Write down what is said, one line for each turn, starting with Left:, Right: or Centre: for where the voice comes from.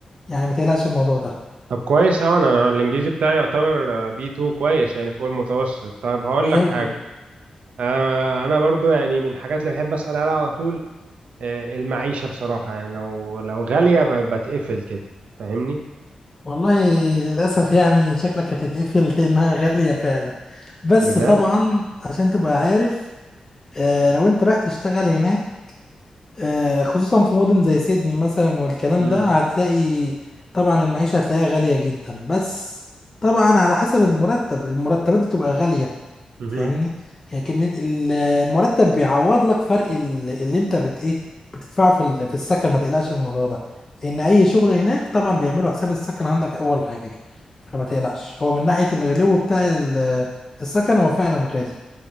Left: يعني متقلقش الموضوع ده
Right: طب كويس أوي أنا أنا الإنجليزي بتاعي يعتبر بي 2 كويس يعني فوق المتوسط طب هقول
Left: حلو
Right: لك حاجة
Left: جداً.
Right: آه، أنا برضو يعني من الحاجات اللي بحب أسأل عليها على طول آه، المعيشة بصراحة يعني لو لو غالية ب- بتقفل كده فاهمني
Left: والله للأسف يعني شكلك هتتقفل <laughs> لأنها غالية فعلا بس
Right: بجد
Left: طبعا عشان تبقى عارف آه، لو أنت رايح تشتغل هناك آه، خصوصا في مدن زي سيدني مثلا والكلام
Right: مم.
Left: ده هتلاقي طبعا المعيشة هتلاقيها غالية جدا بس طبعا على حسب المرتب المرتبات دي تبقى غالية
Right: مهم.
Left: فاهمني لكن ال- المرتب بيعوض لك فرق ال- اللي انت بت ايه بتدفعه في ال- في السكن ما تقلقش من الموضوع ده لان اي شغل هناك طبعا بيعملوا حساب السكن عندك اول حاجة فما تقلقش هو من ناحية الغلو بتاع ال- السكن هو فعلا غالي